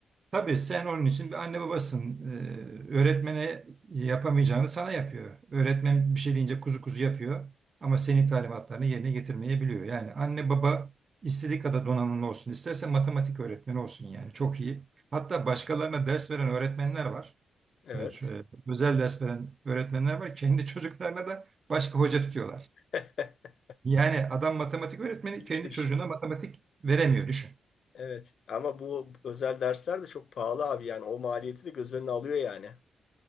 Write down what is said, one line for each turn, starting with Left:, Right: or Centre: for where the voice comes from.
Right: Tabii sen onun için bir anne babasın. Ee, öğretmene yapamayacağını sana yapıyor. Öğretmen bir şey deyince kuzu kuzu yapıyor ama senin talimatlarını yerine getirmeyebiliyor. Yani anne baba istediği kadar donanımlı olsun, isterse matematik öğretmeni olsun yani çok iyi. Hatta başkalarına ders veren öğretmenler var.
Left: Evet.
Right: Evet, şöyle özel ders veren öğretmenler var. Kendi çocuklarına da başka hoca tutuyorlar.
Left: <laughs>
Right: Yani adam matematik öğretmeni
Left: İlginçmiş.
Right: kendi çocuğuna matematik veremiyor düşün.
Left: Evet. Ama bu özel dersler de çok pahalı abi yani. O maliyeti de göz önüne alıyor yani.